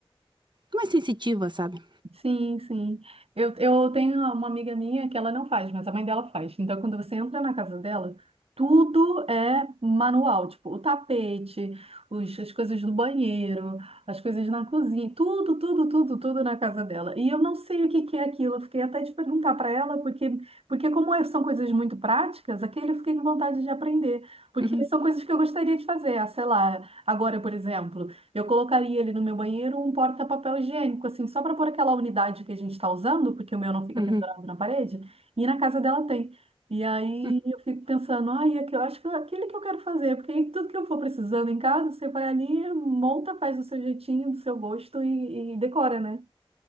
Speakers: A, on the right; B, on the right.
A: mais sensitiva, sabe?
B: Sim, sim. Eu, eu tenho uma amiga minha que ela não faz, mas a mãe dela faz. Então, quando você entra na casa dela, tudo é manual, tipo, o tapete, os, as coisas do banheiro, as coisas na cozinha, tudo, tudo, tudo, tudo na casa dela. E eu não sei o que que é aquilo. Eu fiquei até de perguntar para ela, porque, porque como é- são coisas muito práticas, aquele eu fiquei com vontade de aprender, porque
A: Uhum,
B: são coisas que eu gostaria de fazer. Ah, sei lá, agora, por exemplo. Eu colocaria ele no meu banheiro um porta-papel higiênico, assim, só para pôr aquela unidade que a gente está usando, porque o meu não fica
A: uhum,
B: pendurado na parede, e na casa dela tem. E aí
A: uhum.
B: eu fico pensando, ai, aqui- eu acho que é aquele que eu quero fazer, porque aí tudo que eu for precisando em casa, você vai ali, monta, faz do seu jeitinho, do seu gosto e, e decora, né?